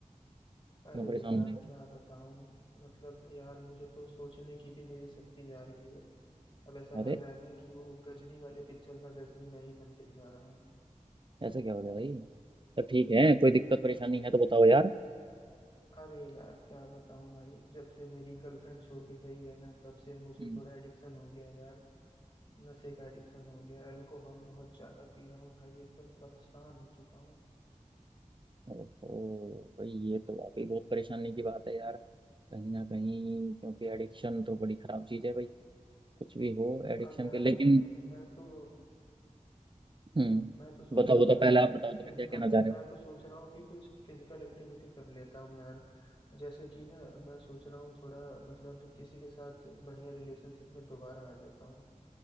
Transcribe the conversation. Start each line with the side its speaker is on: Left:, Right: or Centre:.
Left: अरे
Right: क्यों परेशान
Left: यार
Right: हो रहे हो
Left: क्या बताऊँ मतलब यार मुझे तो सोचने की भी मेरी शक्ति जा रही है अब ऐसा
Right: अरे
Left: लग रहा है ना कि वो गजनी वाले पिक्चर का गजनी मैं ही बनते जा रहा हूँ
Right: ऐसा क्या हो गया भाई सब ठीक है कोई दिक्कत परेशानी है तो बताओ यार
Left: अरे यार क्या बताऊँ भाई जब से मेरी गर्लफ्रेंड छोड़ के गई है ना तब से मुझे
Right: हम्म।
Left: थोड़ा एडिक्शन हो गया है यार नशे का एडिक्शन हो गया है अल्कोहल बहुत ज्यादा पी रहा हूँ भाई एकदम परेशान हो चुका हूँ
Right: ओहो भाई ये तो वाकई बहुत परेशानी की बात है यार कहीं ना कहीं क्योंकि एडिक्शन तो बड़ी खराब चीज है भाई कुछ भी हो एडिक्शन
Left: अब यार
Right: के लेकिन
Left: मैं तो
Right: हम्म
Left: मैं तो सोच
Right: बताओ
Left: रहा
Right: बताओ
Left: हूँ ना यार
Right: पहले आप
Left: कि
Right: बताओ
Left: कुछ
Right: जरा
Left: फिजिकल
Right: क्या कहना चाह रहे
Left: मैं तो सोच रहा हूँ कि कुछ फिजिकल एक्टिविटी कर लेता हूँ यार जैसे कि ना मैं सोच रहा हूँ थोड़ा मतलब किसी के साथ बढ़िया रिलेशनशिप में दोबारा आ जाता हूँ